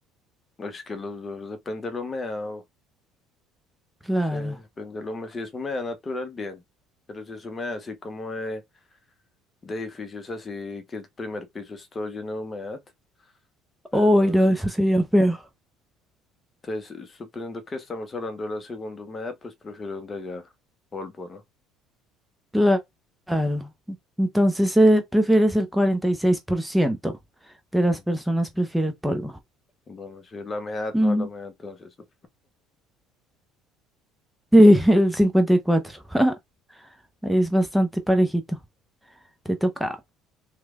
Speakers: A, on the left; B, in the centre.
A: Es que los dos depende de la humedad. o-
B: Claro.
A: Sí, depende de la humedad. Si es humedad natural, bien. Pero si es humedad así como de de edificios así que el primer piso es todo lleno de humedad, pues
B: Uy,
A: no
B: no,
A: sé.
B: eso sería feo.
A: Entonces, suponiendo que estamos hablando de la segunda humedad, pues prefiero donde haya polvo, ¿no?
B: Cla- Claro. Entonces, eh, prefieres el 46% de las
A: Mm,
B: personas prefiere el polvo.
A: Bueno, sí, la humedad,
B: Mm.
A: no la humedad, entonces. ¿no?
B: Sí, <laughs> el 54%. <laughs> Ahí Es bastante parejito. Te toca.